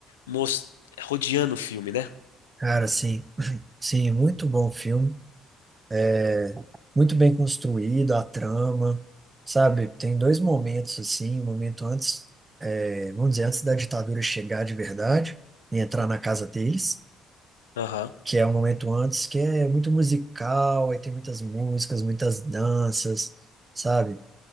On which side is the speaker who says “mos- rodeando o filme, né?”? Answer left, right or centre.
Left